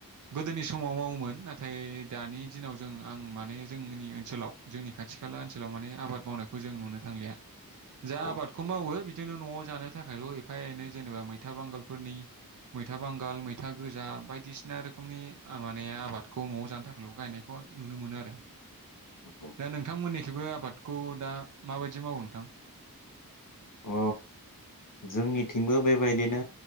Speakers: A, on the right (about 55°); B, on the left (about 60°).
A: गोदोनि समाव मावोमोन नाथाय दानि दिनाव जों आं माने जोंनि ओनसोलाव जोंनि खा खाथि खाला ओनसोलाव माने आबाद मावनायखौ जों नुनो थांलिया जा
B: औ
A: आबादखौ मावो बिदिनो नआव जानो थाखायल एफा एनै जेनेबा मैथा बांगालफोरनि मैथा बांगाल मैथा गोजा बायदिसिना रोखोमनि माने आबादखौ नआव जानो थाखायल गायनायखौ नुनो मोनो आरो
B: नंगौ
A: दा नोंथांमोननिखौबो आबाद खौ दा माबायदि मावो नोंथां
B: अ जोंनिथिंबो बेबायदिनो